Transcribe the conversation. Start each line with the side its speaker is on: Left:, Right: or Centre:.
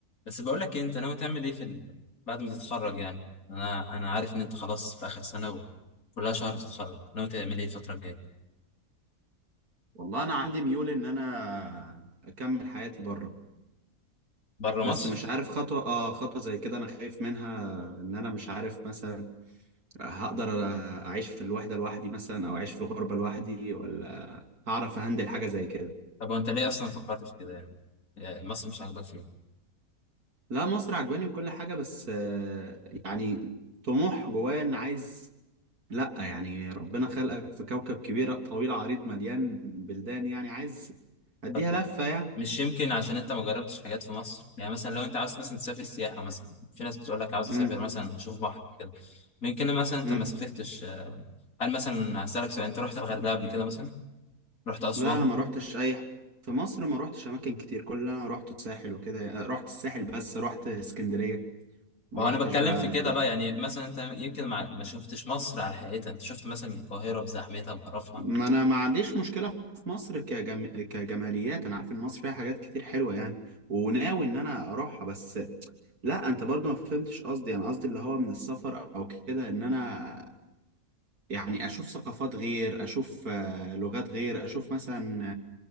Left: بس بقول لك إيه، انت ناوي تعمل ايه في ال... بعد ما تتخرج يعني انا انا عارف ان انت خلاص في اخر سنه وكلها شهر بتتخرج ناوي تعمل ايه الفتره الجايه
Right: والله انا عندي ميول ان انا اكمل حياتي بره
Left: بره
Right: بس
Left: مصر
Right: مش عارف خطوة اه خطوة زي كده انا خايف منها ان انا مش عارف مثلا هقدر اعيش في الوحدة لوحدي مثلا او اعيش في الغربة لوحدي ولا هعرف اهندل حاجة زي كده
Left: طب وانت ليه اصلا فكرت في كده يعني يعني مصر مش عاجباك فين
Right: لا مصر عجباني وكل حاجة بس آه، يعني طموح جوايا ان عايز لا يعني ربنا خلقك في كوكب كبير طويل عريض مليان بلدان يعني عايز اديها
Left: طب
Right: لفة يعني
Left: مش يمكن عشان انت ما جربتش حاجات في مصر يعني مثلا لو انت عاوز مثلا تسافر سياحه مثلا في ناس بتقول لك عاوز اسافر
Right: امم
Left: مثلا اشوف بحر كده يمكن مثلا انت
Right: امم.
Left: ما سافرتش آه، هل مثلا هسألك سؤال انت رحت الغردقه قبل كده مثلا رحت اسوان
Right: لا انا ما روحتش اي ح- في مصر ما روحتش اماكن كتير كل اللي انا روحته الساحل وكده رحت الساحل بس رحت اسكندرية ما
Left: ما هو
Right: روحتش
Left: انا بتكلم
Right: بقى
Left: في كده
Right: لا
Left: بقى يعني مثلا انت يمكن مع... ما شفتش مصر على حقيقتها انت شفت مثلا القاهرة بزحمتها بقرفها
Right: ما انا ما عنديش مشكلة في مصر كجم... كجماليات انا عارف ان مصر فيها حاجات كتير حلوة يعني وناوي ان انا اروحها بس لا انت برضو ما فهمتش قصدي انا قصدي اللي هو من السفر او كده ان انا يعني اشوف ثقافات غير اشوف آه، لغات غير اشوف مثلا